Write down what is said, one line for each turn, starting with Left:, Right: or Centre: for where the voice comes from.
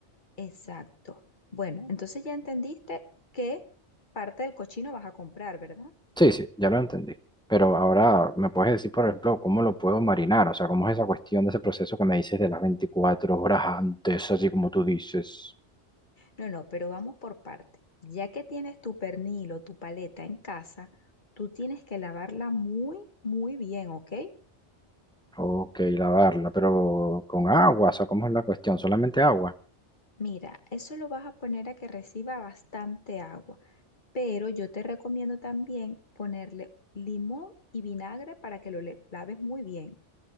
Left: Exacto. Bueno, entonces ya entendiste qué parte del cochino vas a comprar, ¿verdad?
Centre: Sí, sí, ya lo entendí. Pero ahora, ¿me puedes decir, por ejemplo, cómo lo puedo marinar? O sea, ¿cómo es esa cuestión de ese proceso que me dices de las 24 horas antes, así como tú dices?
Left: No, no, pero vamos por parte. Ya que tienes tu pernil o tu paleta en casa, tú tienes que lavarla muy, muy bien, ¿ok?
Centre: Ok, lavarla, pero con agua, o sea, ¿cómo es la cuestión? ¿Solamente agua?
Left: Mira, eso lo vas a poner a que reciba bastante agua, pero yo te recomiendo también ponerle limón y vinagre para que lo le- laves muy bien.